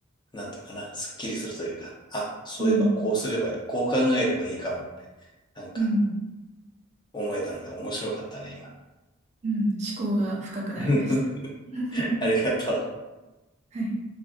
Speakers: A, on the left; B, on the right.
A: なんていうのかな、すっきりするというか、あ、そういえばこうすれば、
B: うん。
A: こう考えればいいかもって、なんか
B: うん。
A: 思えたので面白かったね、今。
B: うん。思考が深くなりました。
A: <laughs>
B: <laughs>
A: ありがとう。
B: はい。